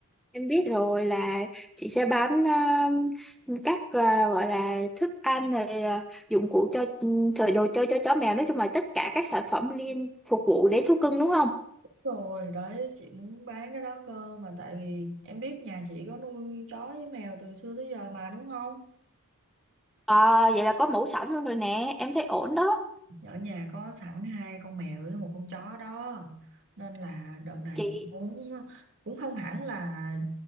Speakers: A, in the centre; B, on the right.
A: em biết rồi là chị sẽ bán ừm, các à, gọi là thức ăn rồi à, dụng cụ cho ừm, rồi đồ chơi cho chó mèo nói chung là tất cả các sản phẩm liên phục vụ để thú cưng đúng không?
B: rồi đấy chị muốn bán cái đó cơ mà tại vì em biết nhà chị có nuôi chó với mèo từ xưa tới giờ mà đúng không
A: À, vậy là có mũ sẵn luôn rồi nè, em thấy ổn đó
B: ở nhà có sẵn hai con mèo với một con chó đó nên là đợt này
A: chị.
B: chị muốn cũng không hẳn là